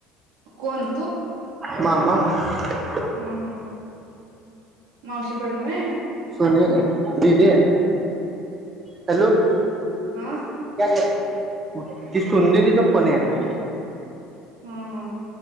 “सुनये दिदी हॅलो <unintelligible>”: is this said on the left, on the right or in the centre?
Right